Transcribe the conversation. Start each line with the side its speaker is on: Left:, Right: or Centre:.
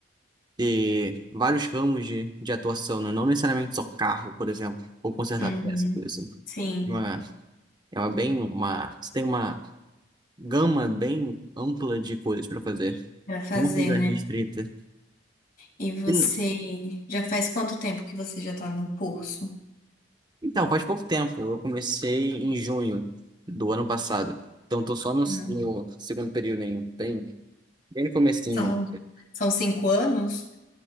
Right: ter vários ramos de, de atuação, né? Não necessariamente só carro, por exemplo, ou consertar
Left: Uhum.
Right: peça, coisa assim.
Left: Sim,
Right: É Uma, é uma bem uma, você tem uma gama bem ampla de coisas para fazer.
Left: para fazer,
Right: Uma coisa
Left: né?
Right: restrita.
Left: E você
Right: E não-
Left: já faz quanto tempo que você já está no curso?
Right: Então, faz pouco tempo, eu comecei em junho do ano passado. Então, tô só no,
Left: Hum.
Right: no segundo período ainda, bem, bem no comecinho.
Left: São, são cinco anos?